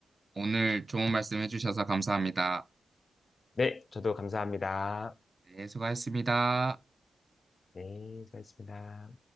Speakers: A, on the right; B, on the left.
A: 오늘 좋은 말씀 해주셔서 감사합니다.
B: 네. 저도 감사합니다.
A: 네, 수고하셨습니다.
B: 네. 수고하셨습니다.